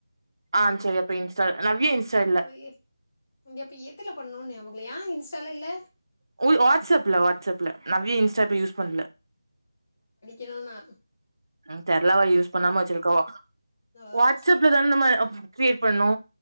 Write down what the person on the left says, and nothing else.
ஐய இங்க அப்ப எதுல பண்ணனு ஞாபகமில்ல ஏ இன்ஸ்டால இல்ல
ஏனா நா
ஓ
சேரி